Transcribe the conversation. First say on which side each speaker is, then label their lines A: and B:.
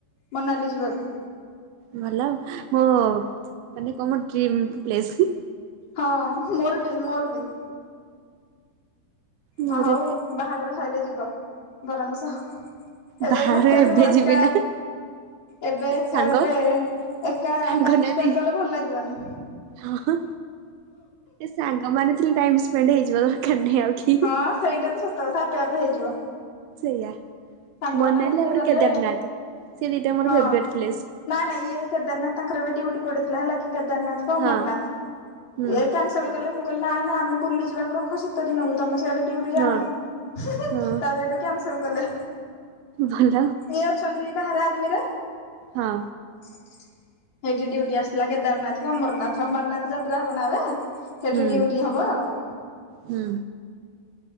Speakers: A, on the left; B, on the right.
A: ମନାଲି ଯିବାକୁ।
B: ଭଲ ଆଉ। ମୋ ମାନେ କଣ ମୋ ଡ୍ରିମ୍ ପ୍ଲେସ୍।
A: ହଁ ମୋର ବି ମୋର ବି।
B: ମୋର
A: ହଁ ହଉ ବାହାଘର ସଇଲେ ଯିବ। ବରଙ୍କ ସହ। ଏବେ
B: ବାହାଘର
A: କାଇଁ ଏକା
B: ଏବେ
A: ଯିବ
B: ଯିବି
A: ଏକା
B: ନା
A: ଏବେ ଏକା
B: ସାଙ୍ଗ
A: ଗଲେ ଏକା
B: ସାଙ୍ଗ
A: ଟାଇମ
B: ନାହାନ୍ତି।
A: ସ୍ପେଣ୍ଡ କଲେ ଭଲ ଲାଗିବନି।
B: ହଁ ହଁ ଏ ସାଙ୍ଗମାନେ ଥିଲେ ଟାଇମ ସ୍ପେଣ୍ଡ ହେଇଯିବ ଦରକାର ନାହିଁ ଆଉ କି
A: ହଁ ସେଇଟା ତ ସତ କଥା ଆପେ ଆପେ ହେଇଯିବ।
B: ସେଇଆା
A: ସାଙ୍ଗମାନଙ୍କ
B: ମନାଲି
A: ସାଥିରେ
B: ଆଉ ଗୋଟେ
A: ଗଲେ
B: କେଦାରନାଥ ସିଏ ଦିଇଟା ମୋର
A: ହଁ
B: ଫେବରାଇଟ ପ୍ଲେସ୍।
A: ନାଇଁ ନାଇଁ ଇଏ କେଦାରନାଥ ତାଙ୍କର ଏବେ ଡ୍ୟୁଟି ପଡିଥିଲା ହେଲା କି କେଦାରନାଥକୁ ଅମରନାଥ।
B: ହଁ ହୁଁ
A: ଇଏ କ୍ୟାନ୍ସ ଲ କଲେ। ମୁଁ କହିଲି ନାଇଁ ନାଁ ଆମେ ବୁଲିିଯିବାକୁ ରଖ ଶୀ ତ ଦିନକୁ ତମେ ସିଆଡେ ଡ୍ୟୁଟି ଯାଅନି।
B: ହଁ ହଁ
A: ତା ପରେ ସେଇଠୁ କ୍ୟାନସଲ କଲେ।
B: ଭଲ
A: ଇଏ ଅଛନ୍ତି ବାହାରେ ଆର୍ମିରେ।
B: ହଁ
A: ସେଇଠି ଡ୍ୟୁଟି ଆସିଥିଲା କେଦାରନାଥକୁ ଅମରନାଥ। ଅମରନାଥ ଯାତ୍ରା ହବ ନା ଏବେ। ସେଇଠି
B: ହୁଁ
A: ଡ୍ୟୁଟି ହବ ଆଉ।
B: ହୁଁ।